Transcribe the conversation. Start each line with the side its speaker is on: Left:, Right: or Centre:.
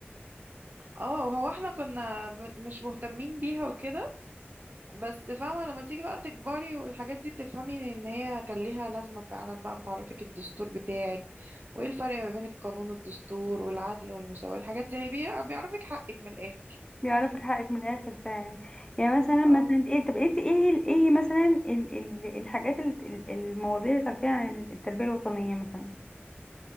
Right: اه هو احنا كنا م- مش مهتمين بيها وكده بس فاهمه لما تيجي بقى تكبري والحاجات دي تفهمي ان هي كان ليها لازمه فعلا بقى بتعرفك الدستور بتاعك وايه الفرق ما بين القانون والدستور والعدل والمساواه الحاجات دي بي- بيعرفك حقك من الاخر
Left: <laughs> بيعرفك حقك من الاخر ف يعني مثلا مثلا
Right: اه
Left: ايه طب انت ايه ال- ايه مثلا ال ال الحاجات ال ال- المواضيع اللي تعرفيها عن التربية الوطنية مثلا